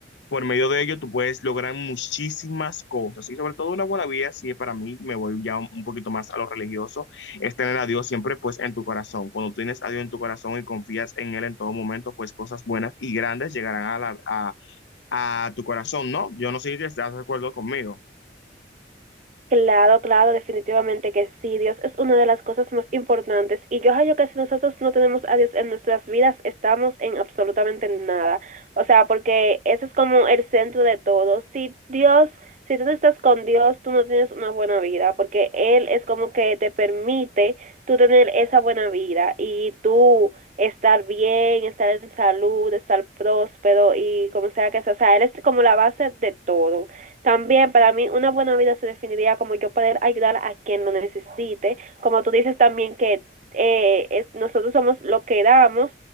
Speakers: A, on the left (about 80°); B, on the right (about 40°).
A: por medio de ello, tú puedes lograr muchísimas cosas y sobre todo una buena vida, si para mí me voy ya un un poquito más a lo religioso, es tener a Dios siempre pues en tu corazón. Cuando tú tienes a Dios en tu corazón y confías en Él en todo momento, pues cosas buenas y grandes llegarán a, la- a, a tu corazón, ¿no? Yo no sé si te estás de acuerdo conmigo.
B: Claro, claro, definitivamente que sí. Dios es una de las cosas más importantes. Y yo hallo que si nosotros no tenemos a Dios en nuestras vidas, estamos en absolutamente nada. O sea, porque eso es como el centro de todo. Si Dios, si tú no estás con Dios, tú no tienes una buena vida, porque Él es como que te permite tú tener esa buena vida y tú estar bien, estar en salud, estar próspero y como sea que sea. O sea, Él es como la base de todo. También para mí una buena vida se definiría como yo poder ayudar a quien lo necesite, como tú dices también que eh, es, nosotros somos lo que damos